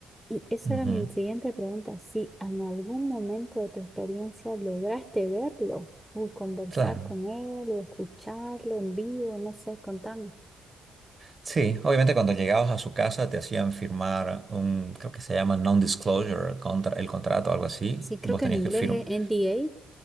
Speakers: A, in the centre; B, on the right.
A: Y esa
B: ujú,
A: era mi siguiente pregunta, si en algún momento de tu experiencia lograste verlo, o conversar
B: claro.
A: con él, o escucharlo en vivo, no sé, contame.
B: Sí, obviamente cuando llegabas a su casa te hacían firmar un, creo que se llama non-disclosure, contra, el contrato, algo así,
A: Sí, creo
B: y vos
A: que
B: tenías
A: en inglés
B: que firmar.
A: es NDA.